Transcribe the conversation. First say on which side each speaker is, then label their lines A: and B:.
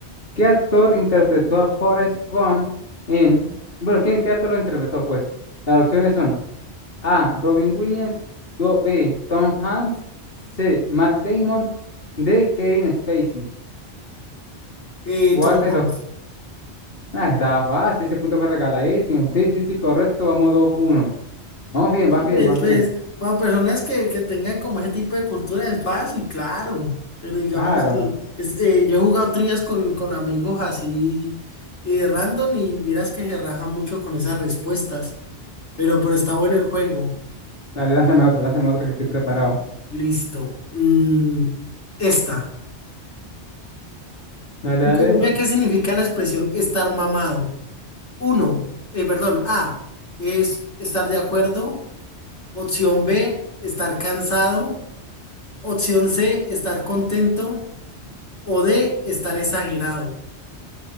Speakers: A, on the left (about 55°); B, on the left (about 85°).
A: ¿Qué actor interpretó a Forrest Gump en... Bueno, ¿quién, qué actor lo interpretó? Pues las opciones son A. Robin Williams, do- B. Tom Hanks, C. Matt Damon, D. Kevin Spacey.
B: Eh,
A: ¿Cuál
B: Tom
A: de
B: Hanks.
A: los...? Ah, estaba fácil, ese punto fue regaladísimo. Sí, sí, sí, correcto, vamos dos uno. Vamos bien,
B: Sí,
A: vas bien,
B: Pues,
A: vas
B: pues,
A: bien.
B: para personas que, que tengan como ese tipo de cultura es fácil, claro. Pero digamos
A: Claro.
B: que es, eh, yo he jugado trivias con, con amigos así eh, random y vieras que se rajan mucho con esas respuestas. Pero, pero está bueno el juego.
A: Dale, lánzame otra. lánzame otra. que estoy preparado.
B: Listo. Mm, esta.
A: Dale,
B: En
A: dale.
B: Colombia, ¿qué significa la expresión estar mamado? Uno, eh, perdón, A es estar de acuerdo. Opción B, estar cansado. Opción C, estar contento. O D, estar exagerado.